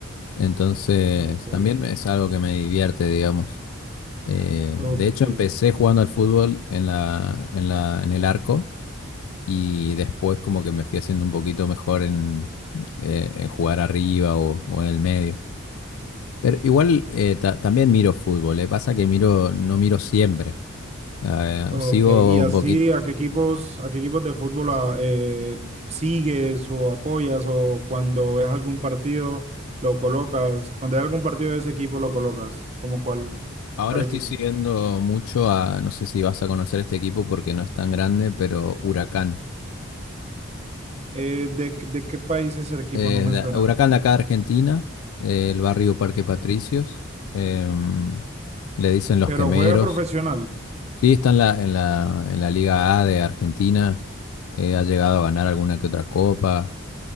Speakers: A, on the left (about 80°); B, on the right (about 30°).
A: entonces
B: ok,
A: también es algo que me divierte, digamos. Eh,
B: ok.
A: de hecho, empecé jugando al fútbol en la, en la, en el arco y después como que me fui haciendo un poquito mejor en, eh, en jugar arriba o, o en el medio. Pero igual eh, ta- también miro fútbol, le Pasa que miro, no miro siempre. Eh,
B: Ok,
A: sigo
B: y así,
A: un poquito.
B: ¿a qué equipos, a qué equipos de fútbol ah, eh, sigues o apoyas o cuando ves algún partido lo colocas? Cuando hay algún partido de ese equipo lo colocas, ¿como cuál,
A: Ahora
B: cuál
A: estoy
B: equipo?
A: siguiendo mucho a, no sé si vas a conocer este equipo porque no es tan grande, pero Huracán.
B: Eh, ¿de, de qué país es el equipo?
A: eh,
B: No me suena.
A: de- Huracán de acá, Argentina, eh, el barrio Parque Patricios, em, le dicen los
B: Pero
A: Quemeros.
B: juega profesional.
A: Sí, está en la, en la, en la Liga A de Argentina, eh, ha llegado a ganar alguna que otra copa.